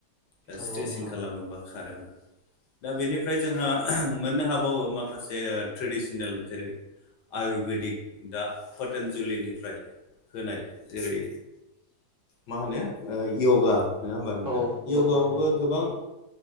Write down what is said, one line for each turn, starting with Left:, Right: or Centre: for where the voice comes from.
Left: दा
Right: नंगौ
Left: स्ट्रेसिं
Right: नोंथां
Left: खालामोबा खारोबा। दा बेनिफ्राय जोंहा मोननो हाबावो माखासे ट्रेडिसनेल जेरै- आयुरबेदिक दा पटनजलिनिफ्राय। होनाय जेरै मा होनो यगा नङा होमबा?
Right: औ
Left: यगायावबो
Right: य'गा औ
Left: गोबां।